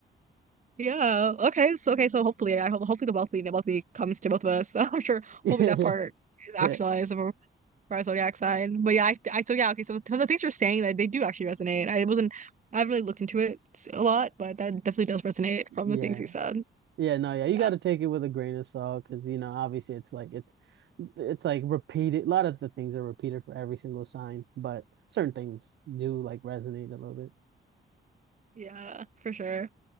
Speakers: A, on the right; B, on the right.
A: Yeah. Okay. So okay. So hopefully, I hope hopefully the wealthy the wealthy comes to both of us. <laughs> I'm sure.
B: <laughs>
A: Hopefully
B: Yeah.
A: that part is actualized
B: Yeah.
A: for, for our zodiac sign. But yeah, I, I so yeah. Okay. So some of the things you're saying that they do actually resonate. I wasn't. I haven't really looked into it s- a lot, but that definitely does resonate from
B: Yeah.
A: the things you said.
B: Yeah, no, yeah, you
A: Yeah.
B: got to take it with a grain of salt because you know, obviously, it's like it's it's like repeated. A lot of the things are repeated for every single sign, but certain things do like resonate a little bit.
A: Yeah. For sure.